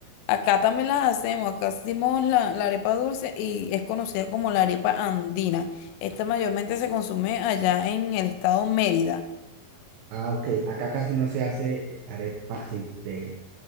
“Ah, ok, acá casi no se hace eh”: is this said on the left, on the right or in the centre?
Right